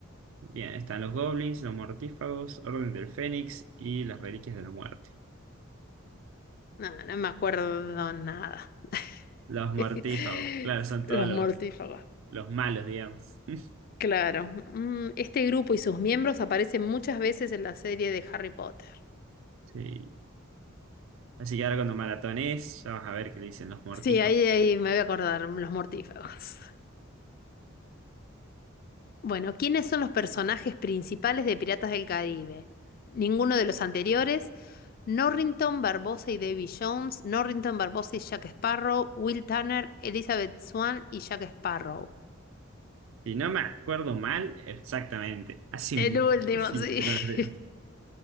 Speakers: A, on the right (about 70°); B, on the left (about 45°).
A: Bien, están los goblins, los mortífagos, Orden del Fénix y las Reliquias de la Muerte.
B: No, no me acuerdo nada.
A: Los mortífagos,
B: <laughs>
A: claro, son todos
B: Los
A: los,
B: mortífagos.
A: los malos, digamos. <laughs>
B: Claro. Mm, Este grupo y sus miembros aparecen muchas veces en la serie de Harry Potter.
A: Sí. Así que ahora cuando maratones, ya vas a ver qué le dicen los mortífagos.
B: Sí, ahí, ahí me voy a acordar, los mortífagos. Bueno, ¿quiénes son los personajes principales de Piratas del Caribe? Ninguno de los anteriores. Norrington, Barbosa y Davy Jones. Norrington, Barbosa y Jack Sparrow. Will Turner, Elizabeth Swann y Jack Sparrow.
A: Si no me acuerdo mal, exactamente. Hace
B: El
A: muchísimo
B: último, sí.
A: que no las veo.
B: <laughs>